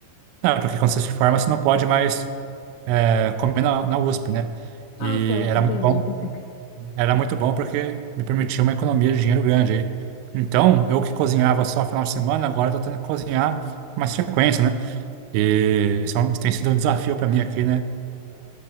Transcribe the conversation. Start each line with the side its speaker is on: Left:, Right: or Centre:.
Right: Ah, porque quando você se forma, você não pode mais eh, comer na, na USP, né?
Left: Ah,
Right: E
Left: certo,
Right: era
Left: entendi,
Right: muito bom.
Left: percebi.
Right: Era muito bom porque me permitia uma economia de dinheiro grande aí. Então, eu que cozinhava só final de semana, agora estou tendo que cozinhar com mais frequência, né? E isso é um- isso tem sido um desafio para mim aqui, né?